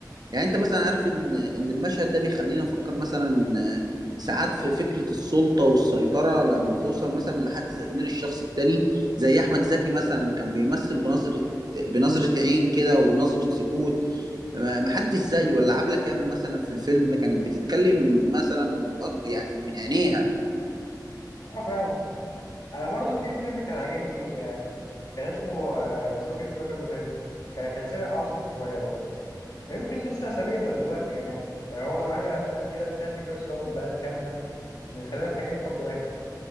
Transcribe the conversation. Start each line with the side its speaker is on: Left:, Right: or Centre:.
Right: يعني انت مثلا عارف ان ان المشهد ده بيخلينا نفكر مثلا آه، ساعات في فكره السلطه والسيطره لما توصل مثلا لحد تدمير الشخص التاني زي احمد زكي مثلا كان بيمثل بنظره بنظره عين كده ونظره سكوت ما ما حدش زيه ولا عبلة كامل مثلا في الفيلم كانت بتتكلم مثلا أك- يعني من عينيها
Left: اه فعلا انا برضو في فيلم كان عاجبني آه، كان اسمه آه، زوجة رجل مهم ك- كان سابق عصره شوية برضو ويمكن لسه سابقنا دلوقتي كمان يعني هو نوعية أفلام كده بتحكي قصة بلد كاملة من خلال حكاية فرد واحد